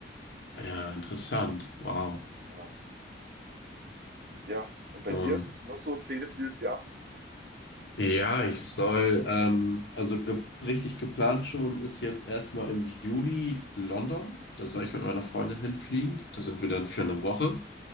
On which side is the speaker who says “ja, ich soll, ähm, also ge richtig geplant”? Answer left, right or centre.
Left